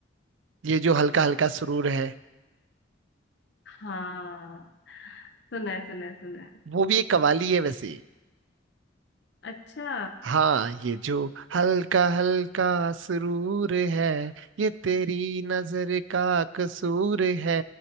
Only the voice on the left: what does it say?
हाँ सुना है सुना है सुना है
अच्छा